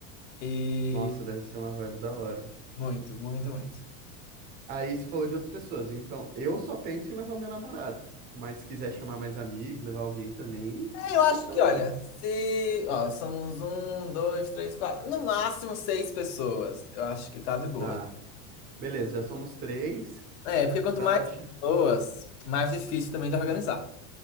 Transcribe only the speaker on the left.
E
muito, muito, muito.
É,
Eu
acho
que,
olha,
se. Ó, somos um, dois, três, quatro. No máximo seis pessoas. Eu acho que tá de boa.
É, porque quanto
mais
pessoas, mais difícil também de organizar.